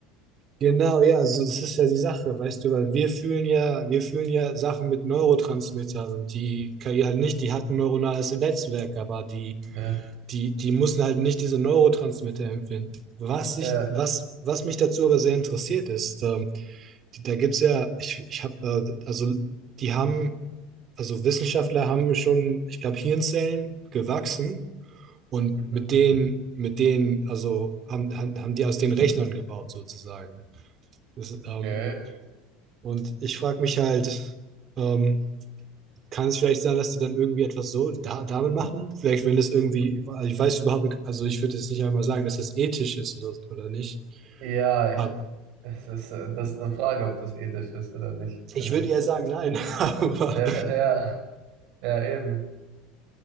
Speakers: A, on the right; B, on the right.
A: Genau, ja, also das ist ja die Sache, weißt du, weil wir fühlen ja, wir fühlen ja Sachen mit Neurotransmittern und die KI halt nicht, die hat ein neuronales Netzwerk, aber die,
B: Ja,
A: die, die mussten halt nicht diese Neurotransmitter empfinden. Was
B: ja,
A: ich, was, was mich dazu aber sehr interessiert ist, ähm, die, da gibt's ja, ich, ich habe, äh, also die haben, also Wissenschaftler haben schon, ich glaube, Hirnzellen gewachsen und
B: mhm,
A: mit denen, mit denen, also haben, haben, haben die aus den Rechnern gebaut sozusagen. Das, ist,
B: okay.
A: ähm, und ich frage mich halt, ähm, kann es vielleicht sein, dass die dann irgendwie etwas so da, damit machen? Vielleicht, wenn das irgendwie, also ich weiß überhaupt nicht, also ich würde jetzt nicht einmal sagen, dass das ethisch ist oder, oder nicht.
B: Ja, ich,
A: Aber
B: es ist, äh, das ist eine Frage, ob das ethisch ist oder nicht,
A: ich
B: finde
A: würde
B: ich.
A: eher sagen, nein. <laughs> Aber,
B: Ja, <laughs> ja, ja, eben,